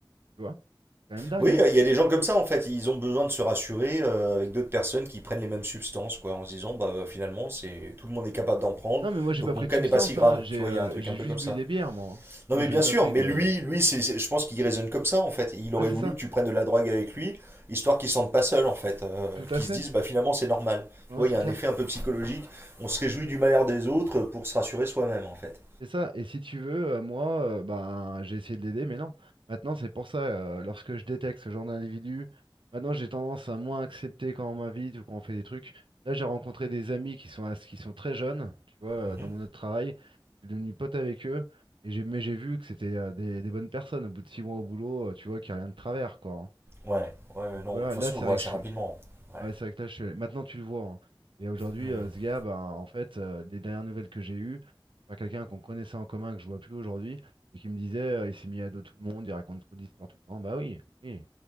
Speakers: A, on the right; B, on the right.
A: tu vois. C'est quand même dingue,
B: Oui,
A: hein.
B: il y a des gens comme ça en fait, ils ont besoin de se rassurer euh, avec d'autres personnes qui prennent les mêmes substances, quoi, en se disant bah bah, finalement c'est tout le monde est capable d'en prendre,
A: Non, mais moi, j'ai
B: donc
A: pas
B: mon
A: pris
B: cas
A: de substance,
B: n'est pas si grave,
A: hein. J'ai
B: tu vois,
A: euh,
B: il y a un truc
A: j'ai
B: un peu
A: juste
B: comme
A: bu
B: ça.
A: des bières, moi. hein.
B: Non
A: Moi,
B: mais
A: je
B: bien
A: n'ai pas
B: sûr,
A: pris
B: mais
A: de.
B: lui, lui c'est, c'est- je pense qu'il raisonne comme ça en fait, il
A: Ouais,
B: aurait
A: c'est
B: voulu
A: ça.
B: que tu prennes de la drogue avec lui, histoire qu'il se sente pas seul en fait, euh,
A: Tout
B: qu'il
A: à fait.
B: se dise bah finalement c'est normal,
A: Non,
B: tu vois,
A: c'est
B: il y a
A: clair.
B: un effet un peu psychologique, on se réjouit du malheur des autres pour se rassurer soi-même en fait.
A: C'est ça, et si tu veux, euh, moi, euh, ben, j'ai essayé de l'aider, mais non. Maintenant, c'est pour ça, euh, lorsque je détecte ce genre d'individu, maintenant j'ai tendance à moins accepter quand on m'invite ou quand on fait des trucs. Là, j'ai rencontré des amis qui sont, ass- qui sont très jeunes, tu vois,
B: Mhm.
A: euh, dans mon autre travail. Je suis devenu pote avec eux, et j'ai, mais j'ai vu que c'était euh, des, des bonnes personnes. Au bout de six mois au boulot, euh, tu vois, qu'il n'y a rien de travers, quoi. hein.
B: Ouais, ouais,
A: Donc
B: non,
A: voilà,
B: de toute façon
A: là, c'est
B: on le voit
A: vrai que
B: assez
A: je suis
B: rapidement. Ouais.
A: Ouais, c'est vrai que là, je suis allé- maintenant tu le vois. hein. Et aujourd'hui,
B: Mhm.
A: euh, ce gars, ben, en fait, euh, les dernières nouvelles que j'ai eues, c'est pas quelqu'un qu'on connaissait en commun, que je vois plus aujourd'hui, et qui me disait, euh, il s'est mis à dos tout le monde, il raconte trop d'histoires tout le temps. Bah oui, oui.